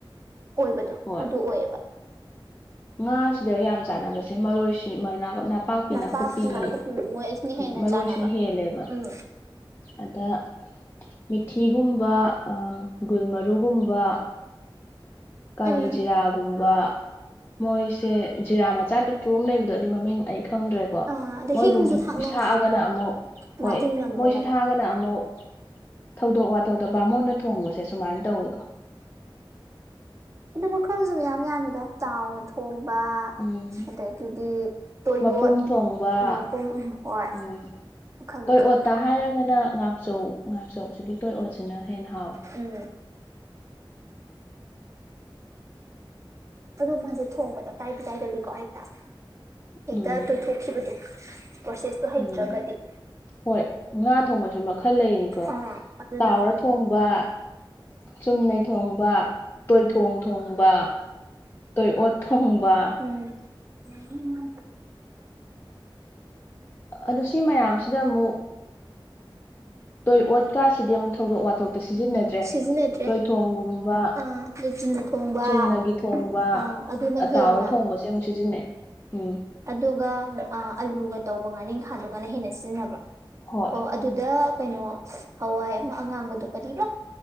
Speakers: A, on the right; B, on the left.
A: ꯑꯣꯏꯕꯗꯣ
B: ꯍꯣꯏ
A: ꯑꯗꯨ ꯑꯣꯏꯌꯦꯕ
B: ꯉꯥꯁꯤꯗ ꯌꯥꯝ ꯆꯥꯟꯅꯕꯁꯦ ꯃꯔꯣꯏꯁꯤ ꯃꯅꯥꯀ ꯄꯥꯛꯄꯤ
A: ꯅꯄꯥꯛꯄꯤ
B: ꯅꯥꯀꯨꯞꯄꯤꯒꯤ
A: ꯅꯥꯀꯨꯞꯄꯤ ꯃꯣꯏ ꯑꯁꯤꯅ ꯍꯦꯟꯅ
B: ꯃꯔꯣꯏꯁꯤꯅ
A: ꯆꯥꯟꯅꯕ
B: ꯍꯦꯜꯂꯦꯕ
A: ꯎꯝ
B: ꯑꯗ ꯃꯤꯊꯤꯒꯨꯝꯕ ꯒꯨꯜ ꯃꯔꯨꯒꯨꯝꯕ ꯀꯥꯂꯤ
A: ꯎꯝ
B: ꯖꯤꯔꯥꯒꯨꯝꯕ ꯃꯣꯏꯁꯦ ꯖꯤꯔꯥ ꯃꯆꯥ ꯄꯤꯛ ꯔꯣꯝ ꯂꯩꯕꯗꯣ ꯑꯗꯨꯗꯤ ꯃꯃꯤꯡ ꯑꯩ ꯈꯪꯗ꯭ꯔꯦ ꯀ
A: ꯑꯥ ꯑꯗ
B: ꯃꯣꯏꯒꯨꯝ
A: ꯍꯤꯡꯁꯨ ꯊꯥꯛꯅꯩ
B: ꯊꯥꯛꯑꯒꯅ ꯑꯃꯨꯛ
A: ꯉꯥꯍꯤꯡ
B: ꯍꯣꯏ
A: ꯅꯝꯗꯅꯕ
B: ꯃꯣꯏꯁꯤ ꯊꯥꯛꯑꯒꯅ ꯑꯃꯨꯛ ꯊꯧꯗꯣꯛ ꯋꯥꯊꯧꯗ ꯕꯥꯃꯣꯟꯅ ꯊꯣꯡꯕꯁꯦ ꯁꯨꯃꯥꯏꯅ ꯇꯧꯋꯤꯀꯣ
A: ꯑ ꯃ ꯃꯈꯈ ꯈꯁꯨꯏ ꯌꯥꯝꯃꯤ ꯌꯥ ꯌꯥꯝꯃꯤꯗ ꯆꯥꯎꯅ ꯊꯣꯡꯕ
B: ꯎꯝ
A: ꯑꯗꯒꯤꯗꯤ ꯇꯣꯌꯣꯠ
B: ꯃꯄꯨꯝ ꯊꯣꯡꯕ
A: ꯃꯄꯨꯡ ꯍꯣꯏ
B: ꯎꯝ
A: ꯃꯈꯜ
B: ꯇꯣꯏ
A: ꯃꯈꯜ
B: ꯑꯣꯠꯇ ꯍꯥꯏꯔꯒꯅ ꯉꯥꯆꯧ ꯉꯥꯛꯆꯧꯁꯤꯒꯤ ꯇꯣꯏꯠ ꯑꯣꯠꯁꯤꯅ ꯍꯦꯟꯅ ꯍꯥꯎꯋꯤ
A: ꯎꯝ ꯑꯣ ꯃꯥꯁꯦ ꯊꯣꯡꯕꯗ ꯀꯥꯏꯗꯤ ꯀꯥꯏꯒꯜꯂꯤꯀꯣ ꯍꯦꯛꯇ ꯍꯦꯛꯇ
B: ꯎꯝ
A: ꯇꯣꯏꯊꯣꯛ ꯈꯤꯕꯗꯨꯣ ꯄ꯭ꯔꯣꯁꯦꯁꯇꯣ ꯍꯩꯇ꯭ꯔꯒꯗꯤ
B: ꯎꯝ ꯍꯣꯏ ꯉꯥ ꯊꯣꯡꯕꯁꯨ ꯃꯈꯜ ꯂꯩꯅꯤꯀꯣ
A: ꯑꯥ ꯑꯗꯨꯅ
B: ꯇꯥꯎꯔ ꯊꯣꯡꯕ ꯆꯨꯝꯅꯩ ꯊꯣꯡꯕ ꯇꯣꯏꯊꯣꯡ ꯊꯣꯡꯕ ꯇꯣꯏ ꯑꯣꯠ ꯊꯣꯡꯕ
A: ꯎꯝ <inaudible>
B: ꯑꯣ ꯁꯤ ꯃꯌꯥꯝꯁꯤꯗ ꯑꯃꯨꯛ ꯇꯣꯏ ꯑꯣꯠꯀꯁꯤꯗꯤ ꯑꯃꯨꯛ ꯊꯧꯗꯣꯛ ꯋꯥꯊꯣꯛ ꯁꯤꯖꯤꯟꯅꯗ꯭ꯔꯦ
A: ꯁꯤꯖꯤꯟꯅꯗ꯭ꯔꯦ
B: ꯇꯣꯏꯊꯣꯡꯒꯨꯝꯕ
A: ꯑꯥ ꯂꯦꯛꯆꯤꯟꯅ ꯊꯣꯡꯕ
B: ꯆꯨꯝꯅꯒꯤ ꯊꯣꯡꯕ
A: ꯑꯥ ꯑꯗꯨꯅ
B: ꯑꯇꯥꯋꯔ
A: ꯍꯦꯟꯅ
B: ꯊꯣꯡꯕꯁꯦ ꯑꯃꯨꯛ ꯁꯤꯖꯤꯟꯅꯩ ꯎꯝ
A: ꯑꯗꯨꯒ ꯑꯂꯨꯒ ꯇꯧꯕ ꯉꯥꯔꯤꯈꯥꯗꯨꯒꯅ ꯍꯦꯟꯅ ꯁꯤꯖꯤꯟꯅꯕ
B: ꯍꯣꯏ
A: ꯑꯣ ꯑꯗꯨꯗ ꯀꯩꯅꯣ ꯍꯋꯥꯏ ꯑꯃ ꯑꯉꯥꯡꯕꯗꯣ ꯀꯔꯤꯔꯤꯕꯥ